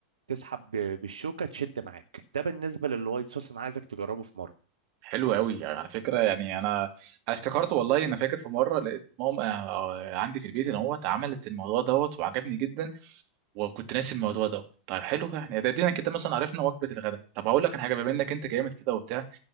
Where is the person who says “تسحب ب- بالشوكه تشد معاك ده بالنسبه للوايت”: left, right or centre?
Right